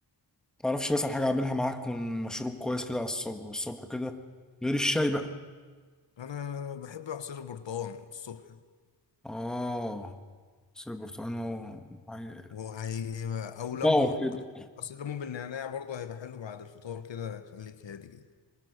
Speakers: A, in the centre; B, on the left.
A: تعرفش بس حاجه اعملها معاك من مشروب كويس كده على الصبح الصبح كده غير الشاي بقى
B: انا بحب عصير البرتقال الصبح
A: اه بس البرتقال هو عي-
B: وهو هي او ليمون
A: باور كده
B: ممكن عصير ليمون بالنعناع برضه هيبقى حلو بعد الفطار كده خليك هادي كده